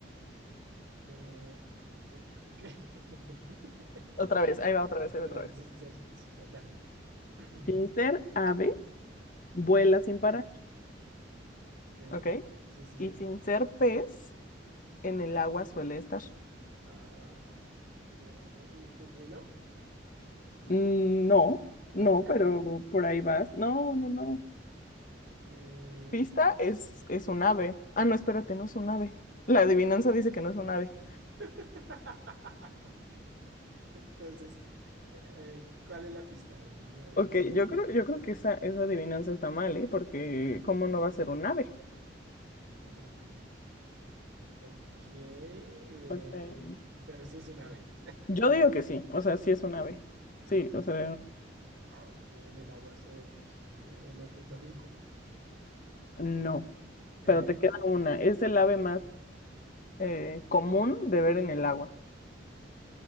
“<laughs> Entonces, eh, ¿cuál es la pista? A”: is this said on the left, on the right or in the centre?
Right